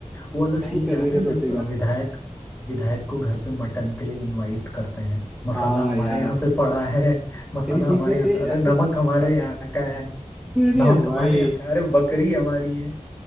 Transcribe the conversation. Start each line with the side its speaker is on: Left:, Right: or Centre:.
Left: वो वाला
Centre: नहीं
Left: सीन
Centre: करने
Left: याद है
Centre: का
Left: जब
Centre: सोचेगा
Left: विधायक विधायक को घर पे मटन के लिए इनवाइट करते हैं मसाला
Centre: हाँ
Left: हमारे
Centre: यार
Left: यहाँ से पड़ा है मसाला
Centre: अरे
Left: हमारे यहाँ से अरे
Centre: यार
Left: नमक हमारे यहाँ का है
Centre: अरे
Left: नमक
Centre: भाई
Left: हमारे यहाँ का है, अरे बकरी हमारी है